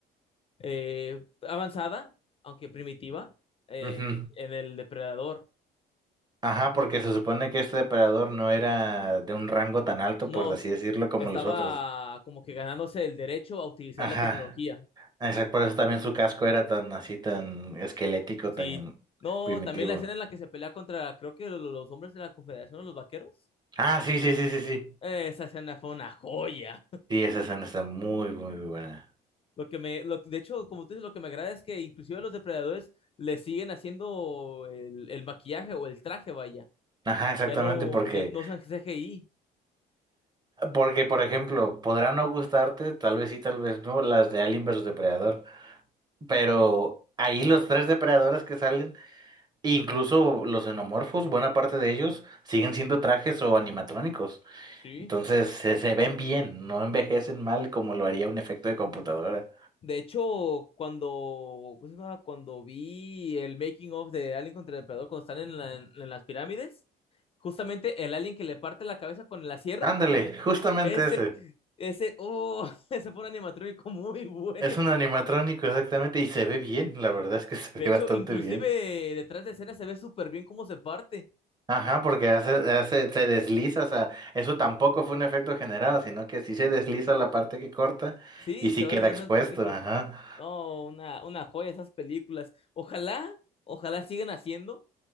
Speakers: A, on the left (about 35°); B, on the right (about 25°).
A: eh, avanzada, aunque primitiva, eh,
B: Ujú.
A: en el depredador.
B: Ajá, porque se supone que este depredador no era de un rango tan alto,
A: No,
B: por así decirlo, como
A: estaba
B: los otros.
A: como que ganándose el derecho a utilizar
B: Ajá.
A: la tecnología.
B: Ah, Exacto, por eso también su casco era tan así, tan esquelético,
A: Sí.
B: tan
A: No,
B: primitivo.
A: también la escena en la que se pelea contra, creo que lo- los hombres de la Confederación, los vaqueros.
B: Ah, sí, sí, sí, sí, sí.
A: Eh, Esa escena fue una joya.
B: Sí, esa escena está muy, muy buena.
A: Lo que me, lo- de hecho, como tú dices, lo que me agrada es que inclusive a los depredadores le siguen haciendo el, el maquillaje o el traje, vaya.
B: Ajá, exactamente,
A: Ya no,
B: porque,
A: ya no usan CGI.
B: porque, por ejemplo, podrá no gustarte, tal vez sí, tal vez no, las de Alien versus Depredador, pero
A: Sí.
B: ahí los tres depredadores que salen, incluso los xenomorfos, buena parte de ellos, siguen siendo trajes o animatrónicos.
A: Sí.
B: Entonces, se, se ven bien, no envejecen mal como lo haría un efecto de computadora.
A: De hecho, cuando, ¿cómo se llama? Cuando vi el making of de Alien contra el Depredador, cuando están en, la- en las pirámides, justamente el alien que le parte la cabeza con la sierra,
B: Ándale, justamente
A: ese,
B: ese.
A: ese, oh, <laughs> ese fue un animatrónico muy <laughs> bueno.
B: Es un animatrónico, exactamente, y se ve bien, la verdad es que <laughs> se
A: De
B: ve
A: hecho,
B: bastante
A: inclusive
B: bien.
A: detrás de escena se ve súper bien cómo se parte.
B: Ajá, porque hace, hace, se desliza, o sea, eso tampoco fue un efecto generado, sino que sí se desliza la parte que corta
A: Sí,
B: y sí
A: se va
B: queda
A: deshaciendo
B: expuesto,
A: un poquito.
B: ajá.
A: No, una, una joya esas películas. Ojalá, ojalá sigan haciendo